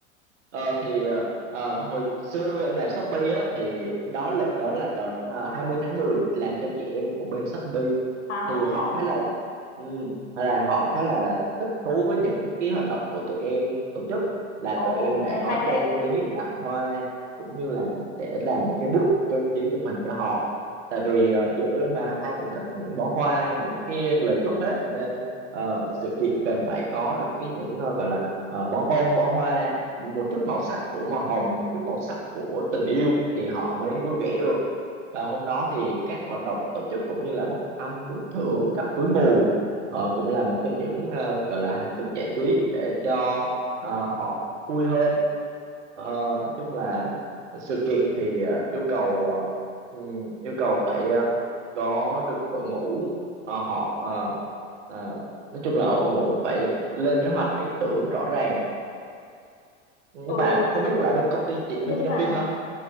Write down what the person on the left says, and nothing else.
À,
ồ,
nghe hay
đấy.
Ừ,
nhưng
mà